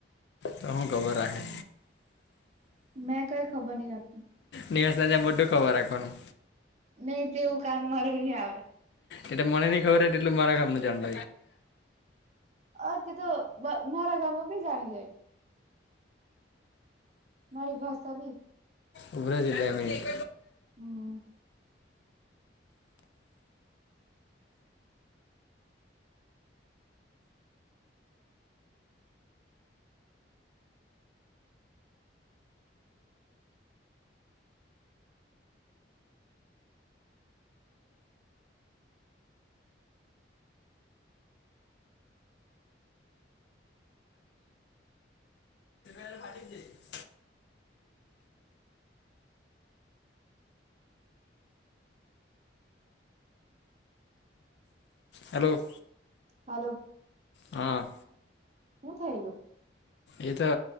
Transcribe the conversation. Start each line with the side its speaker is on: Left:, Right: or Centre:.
Left: તો હું ખબર રાહે.
Right: મેં કઈ ખબર નહી રાખું.
Left: ન્યસ ત બધું ખબર રાખવાનું.
Right: નહી તેવું કામ મારું આવે.
Left: એટલે મને નઈ ખબર હ એટલલે મારા કામ ન જાંડ
Right: અ તે તો મારા ગામમાં બી જાણી જાય મારી ભષા બી.
Left: ઉભરા બે મિલિટ.
Right: હમ.
Left: <unintelligible> હલો.
Right: હલો.
Left: હા.
Right: હું થઈલું
Left: એ તો